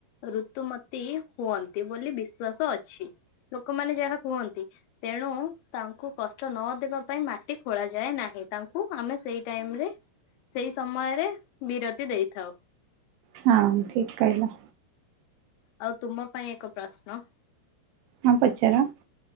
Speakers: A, on the left; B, on the right.
A: ଋତୁମତୀ ହୁଅନ୍ତି ବୋଲି ବିଶ୍ଵାସ ଅଛି। ଲୋକମାନେ ଯାହା କୁହନ୍ତି ତେଣୁ ତାଙ୍କୁ କଷ୍ଟ ନ ଦେବା ପାଇଁ ମାଟି ଖୋଳାଯାଏ ନାହିଁ ତାଙ୍କୁ ଆମେ ସେଇ ଟାଇମରେ ସେଇ ସମୟରେ ବିରତି ଦେଇଥାଉ।
B: ହଁ ଠିକ୍ କହିଲ।
A: ଆଉ ତୁମ ପାଇଁ ଏକ ପ୍ରଶ୍ନ।
B: ହଁ ପଚାର।